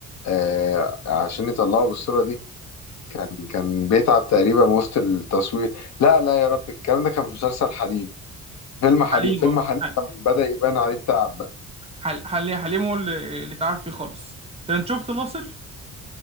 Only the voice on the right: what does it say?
حليم
اه
حل-
حل- حل- حليم هو اللي اللي تعب فيه خالص طب انت شفت ناصر؟